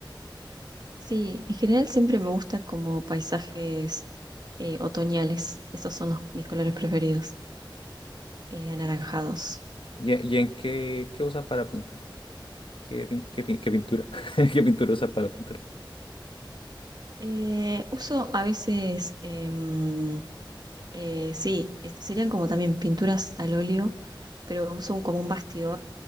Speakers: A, on the right; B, on the left.
A: Sí, en general siempre me gusta como paisajes eh, otoñales. Esos son los- mis colores preferidos, eh, anaranjados.
B: ¿Y, y en qué, qué usas para pintar? ¿Qué, pin- qué pin- qué pintura? <laughs> ¿Qué pintura usas para pintar?
A: Eh, uso a veces, em, eh, sí, este, serían como también pinturas al óleo, pero uso un- como un bastidor